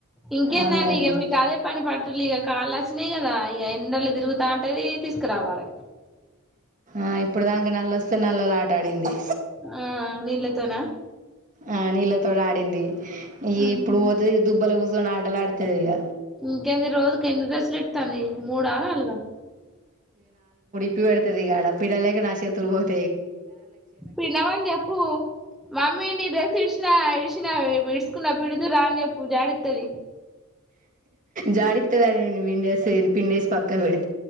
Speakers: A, in the centre; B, on the right.
A: ఇంకేందండి
B: అవునండి
A: ఇగ మీకు అదే పని పట్టు లిగ కాళ్ళ వచ్చినాయి కదా ఈ ఎండలు తిరుగుతా ఉంటది తీస్కురావాలె
B: ఆ ఇప్పుడు దాక నల్లొస్తే నల్లల ఆట ఆడింది
A: ఆ నీళ్ళ తోనా
B: ఆ నీళ్ళతోడి ఆడింది ఇ
A: ఉహు.
B: ఇప్పుడు పోతది ఇ దుబ్బలు కూర్చొని ఆటలు ఆడుతది ఇగ
A: ఇంకేంది రోజుకి ఎన్ని డ్రెస్లు ఇడ్తంది మూడ నాలుగ
B: ప్పి పెడతది ఇగాడ పిడలేక నా చేతులు పోత్
A: పిండమని చెప్పు మమ్మీ నీ డ్రెస్ ఇడిచిన విషిన ఈదుసుకున్న పిండుదుర అని చెప్పు జాడితది
B: జాడిత్తద నేను విండేసి పిండేస్ పక్క వెడి